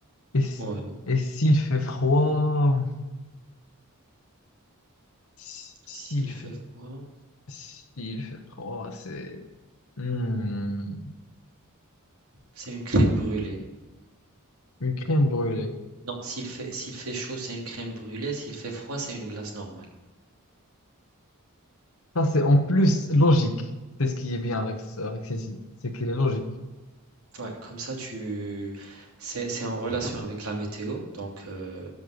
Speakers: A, on the left; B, on the right.
A: Et, s-
B: ouais.
A: et s'il fait froid, s- s'il
B: S'il
A: fait,
B: fait froid,
A: s'il fait froid, c'est Hmm,
B: c'est une crème brûlée.
A: une crème brûlée.
B: Non, s'il fait, s'il fait chaud, c'est une crème brûlée. S'il fait froid, c'est une glace normale.
A: Ça, c'est en plus logique. C'est ce qui est bien avec, ce- avec ces sites. C'est qu'il est logique.
B: Ouais, comme ça, tu... c'est, c'est en relation avec la météo, donc euh,